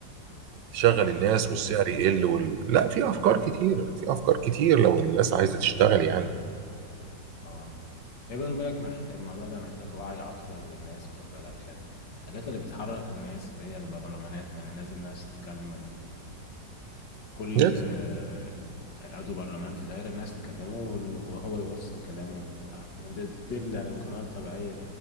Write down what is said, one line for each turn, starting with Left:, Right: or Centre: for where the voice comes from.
Right: تشغل الناس
Left: و-
Right: والسعر يقل وال... لا في افكار كتير في افكار كتير لو الناس عايزه تشتغل يعني
Left: اه يا بالي بالك محتاج الموضوع ده محتاج وعي اكتر للناس واخد بالك عشان الحاجات اللي بتحرك الناس اللي هي البرلمانات يعني لازم ناس تتكلم ال... كل
Right: يس.
Left: آه، يعني عضو برلمان في دايرة الناس تكلمه وال- وهو يوصل كلامه للحكومة دي دي تدل على القناة الطبيعية